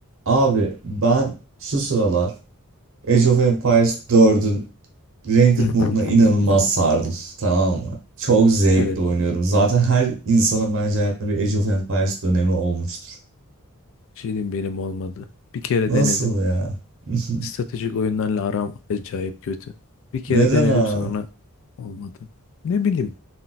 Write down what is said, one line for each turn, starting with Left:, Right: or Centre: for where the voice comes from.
Right: Abi ben şu sıralar Age of Empires 4'ün Ranked
Left: <laughs>
Right: moduna inanılmaz sardım. Tamam mı? Çok zevkle
Left: Evet,
Right: oynuyorum. Zaten her insanın bence hayatında bir Age of Empires dönemi olmuştur.
Left: bir şey diyeyim benim olmadı. Bir kere
Right: Nasıl
Left: denedim.
Right: ya? <laughs>
Left: Stratejik oyunlarla aram acayip kötü. Bir kere
Right: Neden
Left: denedim
Right: abi?
Left: sonra olmadı. Ne bileyim.